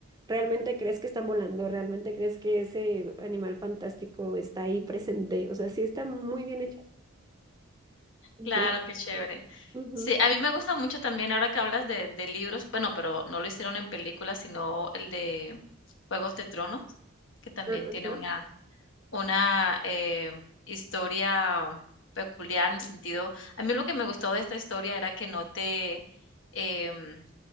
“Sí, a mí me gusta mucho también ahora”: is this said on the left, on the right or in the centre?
Left